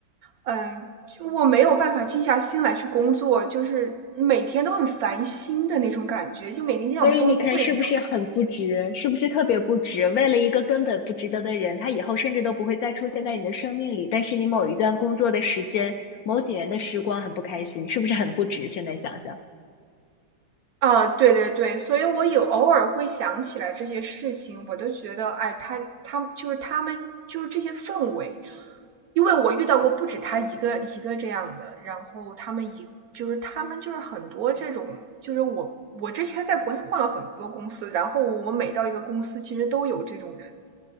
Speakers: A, on the right; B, on the left.
A: 嗯，就我没有办法静下心来去工作，就是每天都很烦心的那种感觉，就每天就想崩溃的那种
B: 所以你看，是不是很不值？是不是特别不值？为了一个根本不值得的人，他以后甚至都不会再出现在你的生命里。但是你某一段工作的时间，某几年的时光很不开心，是不是很不值？现在想想，
A: 啊，对对对，所以我有偶尔会想起来这些事情，我都觉得，哎，他他就是他们就是这些氛围，因为我遇到过不止他一个一个这样的，然后他们一就是他们就是很多这种，就是我我之前在国内换了很多公司，然后我每到一个公司，其实都有这种人。